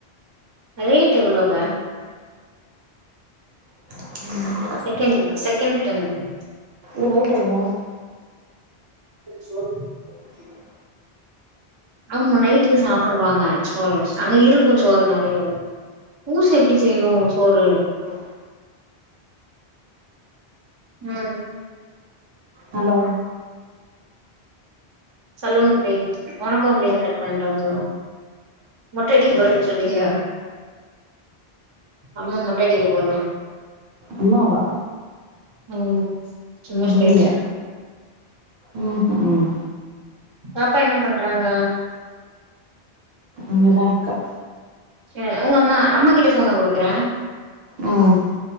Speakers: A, on the right; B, on the right.
A: ரேட் எவ்வளோ பே
B: ம்
A: செகெண்ட் செகண்ட்டு டைம்மு
B: இரவு டோன்னா <unintelligible>
A: சோபி <unintelligible>
B: ம்
A: ஆமா நைட்டுக்கு சாப்பிடுவாங்க சோர்று வச்சு அங்க இருக்கும் சோர்று நெறையவே ஊச எப்டி செய்யும் சோறு
B: ஹ
A: ம்
B: ஹலோ
A: சலூன்க்கு‌ போய் உனக்கும் அப்டியே ஹேர் கட் பண்ணிட்டு வந்துர்ருவோ மொட்ட அடிக்க போறேன்னு சொன்னில்ல அம்மா மொட்டடிக்க போறோ
B: அம்மாவா
A: ம் சும்மா
B: அய்யய்யே
A: சொல்லிட்டு
B: ம்ஹும்
A: பாப்பா என்ன பண்றாங்க
B: இங்கதா இருக்கா
A: ஏ உங்க அம்மா அம்மா கிட்ட போன குடுக்குறே
B: ம்